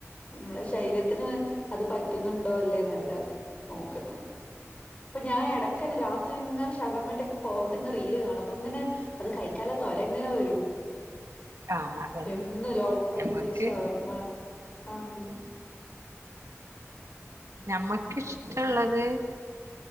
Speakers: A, on the left; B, on the right.
A: നമ്മള ശരീരത്തിന് അത് പറ്റുന്നുണ്ടോ അല്ലേ നല്ല നോക്കുന്ന അപ്പൊ ഞാൻ ഇടയ്ക്കന്ന രാത്രിങ്ങനെ ഷവർമെന്റൊക്കെ റീൽ കാണും അപ്പ ഇങ്ങനെ അത് കൈക്കാല്ലേ തൊരങ്ങനെ വരും
B: ആഹ് അതന്നെ
A: എന്നും ലോർഡഡ്ഫ്രയ്‌സ്സ്
B: ഞമ്മക്ക്
A: ശവർമ്മ ആഹ്
B: നമ്മക്ക്ഷ്ടമുള്ളത്